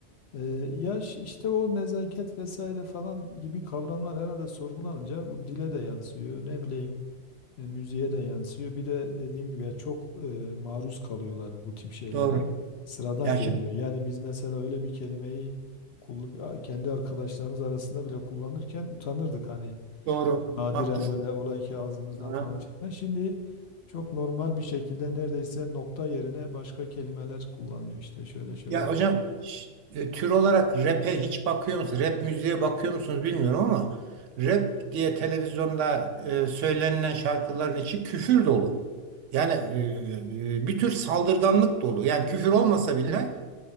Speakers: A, on the left; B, on the right.
A: E, yaş işte o nezaket vesaire falan gibi kavramlar herhalde sorgulanınca bu dile de yansıyor. Ne bileyim e, müziğe de yansıyor. Bir de dediğim gibi ya çok e, maruz kalıyorlar bu tip şeylere.
B: Doğru.
A: Sıradan
B: Ya şimdi
A: geliyor. Yani biz mesela öyle bir kelimeyi kullan- kendi arkadaşlarımız arasında bile kullanırken utanırdık hani.
B: doğru,
A: Çok nadiren
B: haklısın.
A: böyle olay ki ağzımızdan
B: Ha.
A: falan çıktı. Şimdi çok normal bir şekilde neredeyse nokta yerine başka kelimeler kullanılıyor. İşte şöyle şöyle
B: Ya
A: yapayım.
B: hocam ş- e, tür olarak rap'e hiç bakıyor musunuz? Rap müziğe bakıyor musunuz bilmiyorum ama rap diye televizyonda e, söylenilen şarkıların içi küfür dolu. Yani e, e, bir tür saldırganlık dolu. Yani küfür olmasa bile